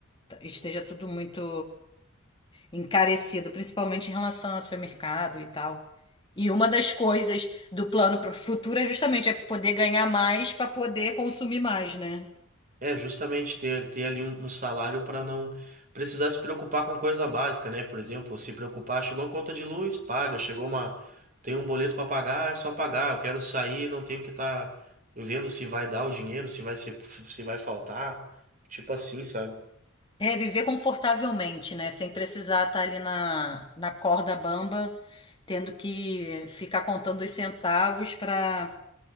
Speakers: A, on the left (about 25°); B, on the right (about 40°).
A: tá, esteja tudo muito encarecido, principalmente em relação ao supermercado e tal. E uma das coisas do plano para o futuro é justamente é poder ganhar mais para poder consumir mais, né?
B: É justamente ter, ter ali um, um salário para não precisar se preocupar com coisa básica, né? Por exemplo, se preocupar, chegou a conta de luz, paga, chegou uma, tem um boleto para pagar, é só pagar. Eu quero sair, não tenho que estar vendo se vai dar o dinheiro, se vai ser, se vai faltar, tipo assim, sabe?
A: É, viver confortavelmente, né? Sem precisar estar ali na, na corda bamba, tendo que ficar contando os centavos para